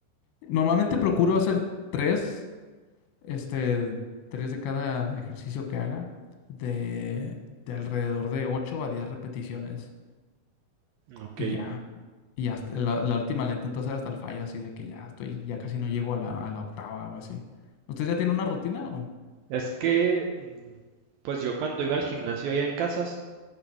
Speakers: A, on the left; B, on the right.
A: Normalmente procuro hacer tres, este, tres de cada ejercicio que haga, de, de alrededor de 8 a 10 repeticiones.
B: Ok.
A: Y ya. Y hasta- la, la última la intento hacer hasta el fallo, así de que ya estoy, ya casi no llego a la, a la octava o así. ¿Usted ya tiene una rutina o?
B: Es que, mm, pues yo cuando iba al gimnasio allá en Casas,